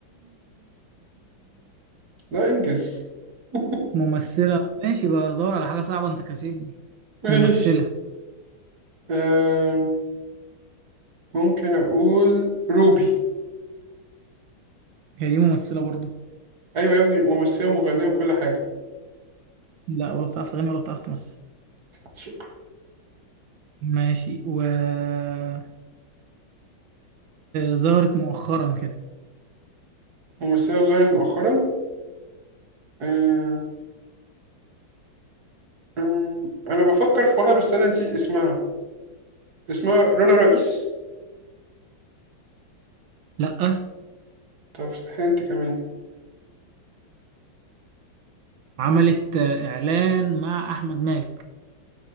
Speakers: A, on the right (about 50°); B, on the right (about 75°).
A: لا انجز <laughs>
B: ممثلة ماشي بدور على حاجة صعبة انت كاسبني
A: ماشي
B: ممثلة
A: آم، ممكن اقول روبي
B: هي دي ممثلة برضو
A: ايوه يا ابني ممثله ومغنيه وكل حاجه
B: لا ولا بتعرف تغني ولا بتعرف تمثل
A: شكرا
B: ماشي و آه... ظهرت مؤخرا كده
A: ممثله وظهرت مؤخرا آم، آم، انا بفكر في واحده بس انا نسيت اسمها اسمها رنا رئيس
B: لا
A: طب انت كمان
B: عملت آه، إعلان مع أحمد مالك